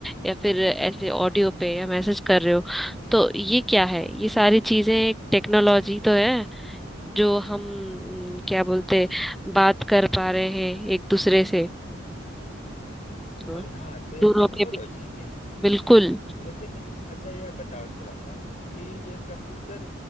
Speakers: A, in the centre; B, on the left (about 40°).
A: या फिर ऐसे ऑडियो पे या मैसेज कर रहे हो तो ये क्या है ये सारी चीजें एक टेक्नोलॉजी तो है जो हम म, क्या बोलते हैं, बात कर पा रहे हैं एक दूसरे से हाँ,
B: अरे हाँ तो यह
A: दूर
B: टेक्नोलॉजी
A: होके भी
B: ही है
A: बिल्कुल
B: लेकिन अच्छा यह बताओ थोड़ा सा कि यह कंप्यूटर